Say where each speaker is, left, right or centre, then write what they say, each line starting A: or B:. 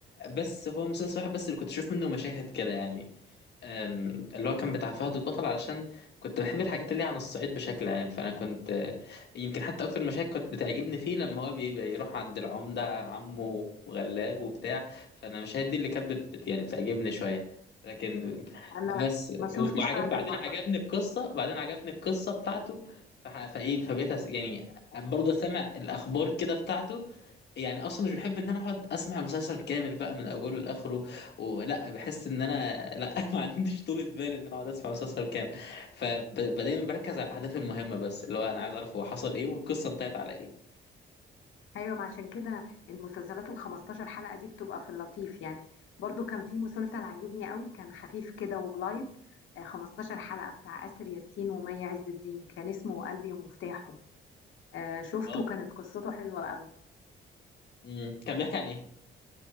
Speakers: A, on the left (about 60°); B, on the left (about 75°).
A: بس هو مسلسل واحد بس اللي كنت اشوف منه مشاهد كده يعني أم، اللي هو كان بتاع فهد البطل علشان كنت بحب الحاجات اللي هي عن الصعيد بشكل عام فانا كنت آه، يمكن حتى اكتر المشاهد كنت بتعجبني فيه لما هو بي- بيروح عند العمدة عمه وغلاب وبتاع فانا المشاهد دي اللي كانت بت بت- يعني بتعجبني شوية لكن
B: انا
A: بس
B: ما شفتش
A: و- وعجب
B: فهد
A: بعدين
B: البطل
A: عجبني القصة بعدين عجبني القصة بتاعته فح- فايه فبقيت أس- يعني برضه سامع الاخبار كده بتاعته يعني اصلا مش بحب ان انا اقعد اسمع المسلسل كامل بقى من اوله لاخره ولا بحس ان انا لا <laughs> ما عنديش طولة بال ان انا اقعد اسمع مسلسل كامل فدايما بركز على الاحداث المهمه بس اللي هو انا عايز اعرف هو حصل ايه والقصه انتهت على ايه
B: ايوه ما عشان كده المسلسلات ال 15 حلقة دي بتبقى في اللطيف يعني برضو كان في مسلسل عجبني قوي كان خفيف كده ولايت آه، 15 حلقة بتاع آسر ياسين ومي عز الدين كان اسمه قلبي ومفتاحه آه، شفته
A: واو
B: وكانت قصته حلوة قوي
A: مم. كان بيحكي عن ايه